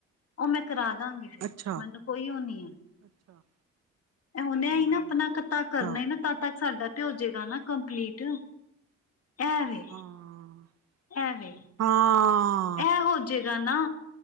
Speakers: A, on the left (about 50°); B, on the right (about 55°).
A: ਉਹ ਮੈਂ ਕਰਾ ਦਾਂਗੀ।
B: ਅੱਛਾ,
A: ਮੈਨੂੰ ਕੋਈ ਓ ਨੀ ਹ।
B: ਅੱਛਾ,
A: ਅ ਉਹਨੇ
B: ਹਾਂ,
A: ਹੀ ਨਾ ਆਪਣਾ ਤ
B: ਅੱਛਾ,
A: ਕਰਨਾ ਹੀ ਨਾ ਤ ਤੱਕ ਸਾਡਾ ਤੇ ਹੋਜੇਗਾ ਨਾ ਕੰਪਲੀਟ। ਐ ਵੇ।
B: ਹਾਂ।
A: ਐਵੇਂ।
B: ਹਾਂ ਆ।
A: ਇਹ ਹੋਜੇਗਾ ਨਾ।